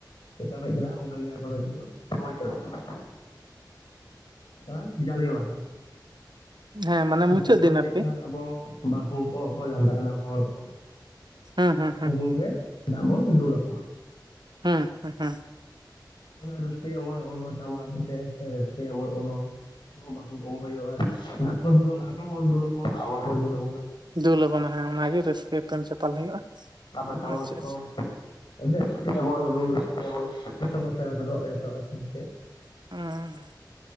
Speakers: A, on the left (about 85°); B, on the right (about 70°).
A: <unintelligible> ᱪᱮᱫ ᱡᱟᱞᱮ ᱵᱟᱦᱟ
B: ᱦᱮᱸ ᱢᱟᱱᱮ ᱢᱩᱪᱟᱹᱫ
A: ᱡᱟᱞᱮ ᱢᱟᱦᱟ
B: ᱫᱤᱱ
A: ᱦᱩᱭᱩᱜ
B: ᱟᱨᱠᱤ
A: ᱠᱟᱱᱟ ᱟᱵᱚ ᱵᱟᱦᱩ ᱠᱚ ᱚᱯᱚᱭ ᱞᱟᱸᱫᱟ ᱜᱟᱱᱚᱜ ᱦᱚᱲ ᱠᱚ
B: ᱦᱩᱸ ᱦᱩᱸ ᱦᱩᱸ
A: ᱩᱱᱚᱩ ᱠᱚ ᱜᱮ ᱫᱟᱜ ᱵᱚᱱ ᱫᱩᱞ‌ ᱟᱠᱚᱣᱟ᱾
B: ᱦᱩᱸ, ᱦᱩᱸ ᱦᱩᱸ
A: <unintelligible> ᱚᱠᱚᱭ ᱠᱚ ᱵᱟᱦᱩ ᱠᱚᱠᱚ ᱦᱳᱭᱳᱜ-ᱟ ᱫᱟᱜᱽ ᱠᱚ ᱫᱩᱞ ᱟᱠᱚ ᱦᱚᱵᱚᱱ ᱫᱩᱞ ᱟᱠᱣᱟ ᱟᱵᱚ ᱦᱚᱸ ᱠᱚ ᱫᱩᱞᱟᱵᱚᱱᱟ᱾
B: ᱫᱩᱞᱟ ᱟᱵᱚᱱᱟ ᱦᱮᱸ ᱚᱱᱟᱜᱮ ᱨᱟᱹᱥᱠᱟᱹ ᱮᱯᱮᱢ ᱪᱟᱯᱟᱞ ᱦᱩᱭᱩᱜ-ᱟ
A: ᱛᱟᱯᱚᱨᱮ ᱴᱟᱢᱟᱠ
B: ᱟᱪᱪᱷᱟ ᱟᱪᱪᱷ
A: <unintelligible>
B: <unintelligible>